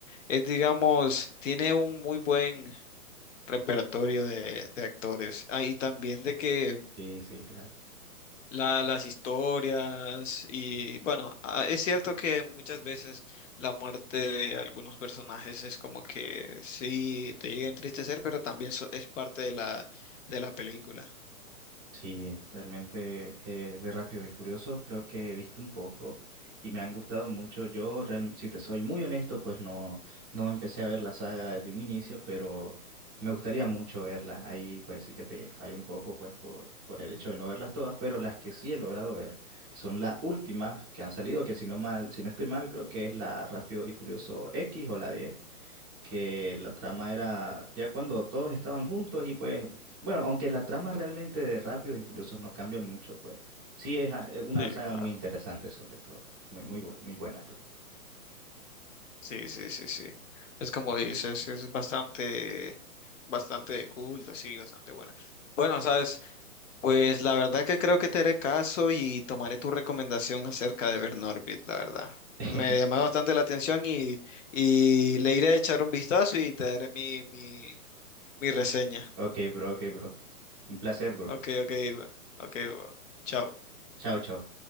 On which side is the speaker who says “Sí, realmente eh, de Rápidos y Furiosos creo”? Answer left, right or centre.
Right